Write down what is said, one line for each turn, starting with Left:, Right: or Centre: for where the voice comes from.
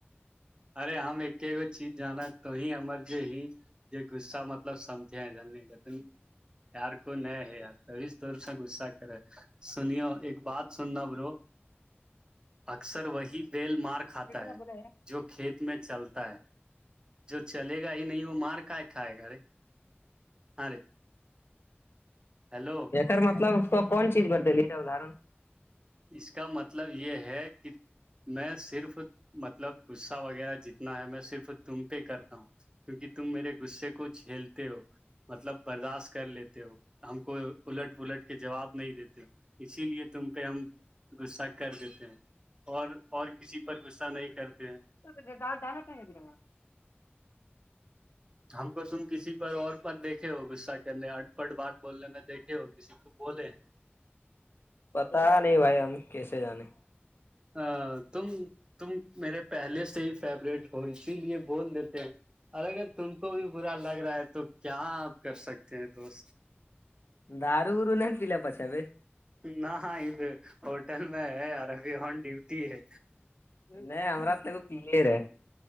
Right: ارے ہم ایک گ چیز جانا تو ہی ہمر جو ہی یہ غصہ مطلب سمجھے ہیں ج ج یار کوئی ن ہے یار ک طور سے غصہ کرے سنیو ایک بات سننا برو اکثر وہی بیل مارک
Left: <unintelligible>
Right: جو کھیت میں چلتا ہے جو چلے گا ہی نہیں وہ مار کاائے کھائے گا ا رے ہاں رے ہیلو
Left: سر مطلب اس کون چیز بد ادر
Right: اس کا مطلب یہ ہے کہ میں صرف مطلب غصہ وغیرہ جتنا ہے میں صرف تم پہ کرتا ہوں کیونکہ تم میرے غصے کو جھیلتے ہو مطلب برداشت کر لیتے ہو ہم کو الٹ ولٹ کے جواب نہیں دیتے ہو اسی لیے تم پہ ہم غصہ کر دیتے ہیں اور اور کسی پر غصہ نہیں کرتے ہیں
Left: <unintelligible>
Right: ہم کو تم کسی پر اور پر دیکھے ہو گغصہ کرنے اٹ پٹ بات بولنے میں دیکھے ہو کسی بہت ہے
Left: پتا نہیں بھائی ہم کیسے جانے
Right: ا تم تم میرے پہلے سے ہی فیورورٹ ہو اسی لیے بول دیتے ہیں اور اگر تم کو بھی برا لگ رہا ہے تو کیا آپ کر سکتے ہیں دوست
Left: دار گر نہیں پلے پچا پے
Right: نہ ہاں ابھر ہوٹل میں ہے یار ابھی ہن ڈیوٹی ہے
Left: نہیں ہمر تو پے رہ ہے